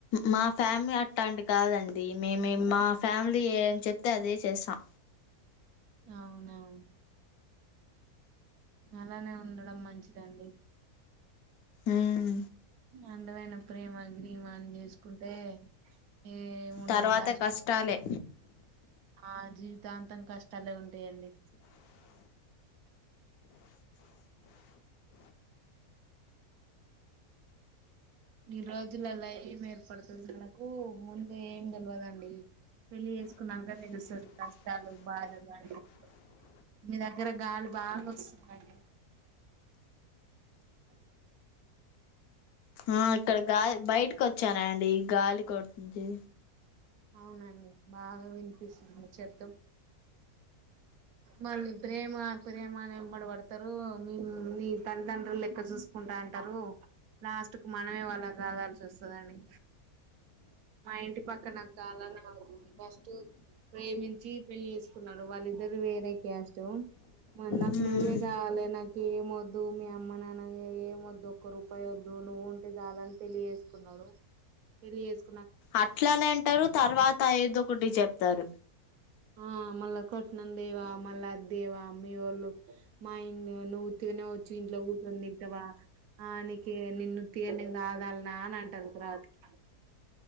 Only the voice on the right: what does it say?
అవునవును అలానే ఉండడం మంచిదండి.
అండమైన ప్రేమ గ్రీమాని చేసుకుంటే ఏం ఉండదు
లాస్ట్
కు ఆ జీవితాంతం కష్టాలే ఉంటయండి. ఈ రోజులలా ఏం ఏర్పడుతుంది కనకు ముందు ఏం తెలివదండి పెళ్లి చేసుకున్నాక తెలుస్తుంది కష్టాలు బాధలవడి మీ దగ్గర గాలి బాగా వస్తుందండి అ
అవునండి బాగా వినిపిస్తుంది చెద్ద మళ్ళ ఇబ్రే మా ప్రయమాని ఇంబడి పడతారు మ మీ తల్లిదండ్రులు లెక్క చూసుకుంటా అంటారు లాస్ట్ కు మనమే వాళ్ళ రాదాల్సి వస్తుందండి మా ఇంటి పక్క నాకు కాలనికుంది కష్ట ప్రేమించి పెళ్లి చేసుకున్నారు వాళ్ళిద్దరుే అదక అష్టో నాకు
నువ్వే కావాలి నాకు ఏమ వద్దు మీ అమ్మ నాన్న ఏమ వద్దు ఒక్క రూపాయి వద్దు నువ్వు ఉంటే చాల అని తెలి చేసుకున్నాడు పెలిసుకు
ఆ మళ్ళ కట్నం దేవా మళ్ళా దేవా మీ వాళ్ళు మా ఇ ను్వు గుగానే వచ్చు ఇంట్లో కూతుంది ఇవా ఆ నకే నిన్ను తీని కాదాల నా అని అంటారు తర్వాతికి